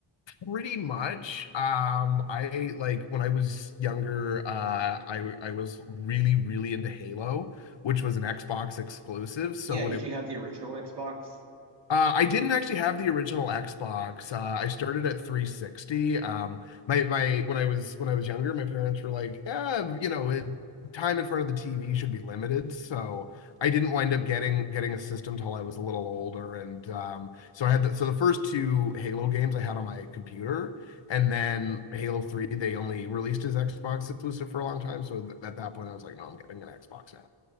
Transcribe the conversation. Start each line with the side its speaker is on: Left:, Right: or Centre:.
Left: Pretty much, um, I like when I was younger, uh, I I was really, really into Halo, which was an Xbox exclusive. So
Right: Yeah,
Left: when
Right: did
Left: it
Right: you have the original Xbox?
Left: Uh, I didn't actually have the original Xbox. Uh, I started at 360. Um, my my when I was when I was younger, my parents were like, "Yeah, you know, it, time in front of the TV should be limited." So I didn't wind up getting getting a system till I was a little older, and um, so I had the, so the first two Halo games I had on my computer, and then Halo 3 they only released as Xbox exclusive for a long time. So th at that point, I was like, "No, I'm getting an Xbox now."